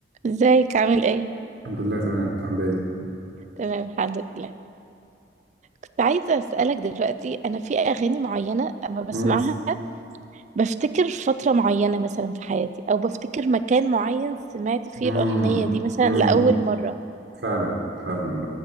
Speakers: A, on the right; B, on the right.
A: ازيك عامل ايه
B: الحمد لله تمام انت عامل ايه؟
A: تمام الحمد لله كنت عايزة أسألك دلوقتي أنا في أغاني معينة أما بسمعها
B: مم.
A: بفتكر فترة معينة مثلا في حياتي أو بفتكر مكان معين سمعت فيه
B: مم.
A: الأغنية دي مثلا
B: مم.
A: لأول مرة
B: فعلا فعلا